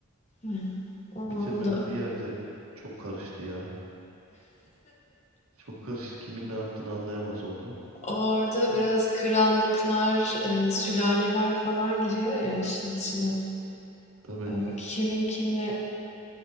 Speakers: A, on the left (about 30°); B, on the right (about 80°).
A: Hıı. Onda
B: Bitirmedim bir yerde çok karıştı ya. Çok karıştı. Kimin ne yaptığını anlayamaz oldum.
A: orada biraz krallıklar, eee, sülaleler falan giriyor ya işin içine.
B: Tabii
A: Eee, kimin kimle,